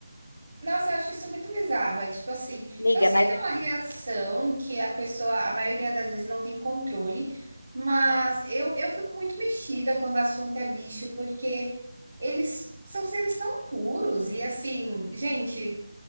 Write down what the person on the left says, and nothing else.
Amiga,
mas
é